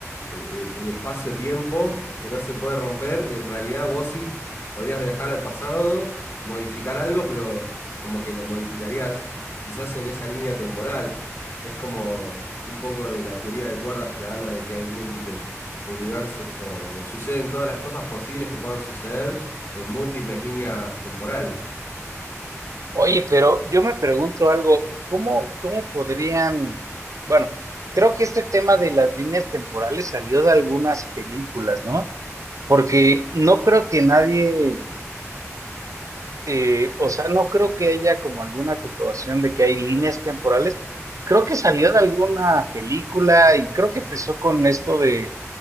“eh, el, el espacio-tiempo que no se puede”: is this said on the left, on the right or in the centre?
Left